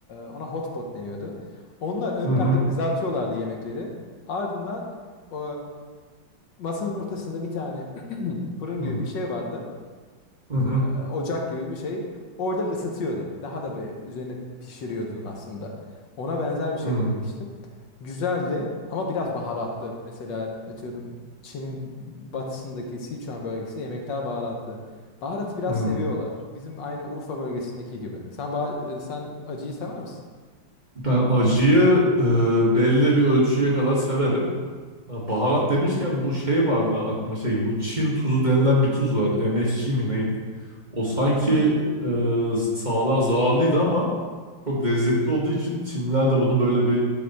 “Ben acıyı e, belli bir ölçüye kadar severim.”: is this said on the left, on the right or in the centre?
Right